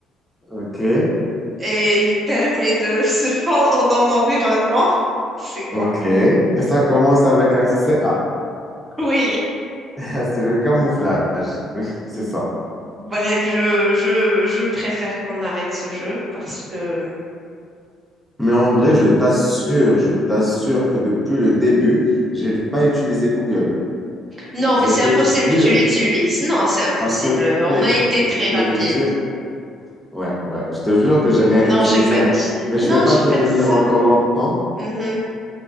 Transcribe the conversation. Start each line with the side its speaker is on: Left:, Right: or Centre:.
Centre: OK,
Right: et il permet de <laughs> se fondre dans l'environnement. C'est quoi?
Centre: OK. Et ça commence avec un C. CA.
Right: Oui.
Centre: <laughs> C'est le camouflage. Oui, c'est ça.
Right: Bref, je, je, je préfère qu'on arrête ce jeu parce que...
Centre: Mais en vrai, je t'assure, je t'assure que depuis le début, j'ai pas utilisé Google.
Right: Non,
Centre: Je
Right: mais c'est
Centre: te
Right: impossible
Centre: jure,
Right: que tu l'utilises. Non, c'est impossible.
Centre: parce que,
Right: On
Centre: oui,
Right: a été très
Centre: je te
Right: rapide.
Centre: jure. Ouais, ouais, je te jure que j'ai rien
Right: Non,
Centre: utilisé.
Right: j'ai pas
Centre: hein.
Right: dit... Non,
Centre: Mais je vais pas
Right: j'ai
Centre: te
Right: pas
Centre: tenir
Right: dit ça.
Centre: encore longtemps.
Right: Mhm.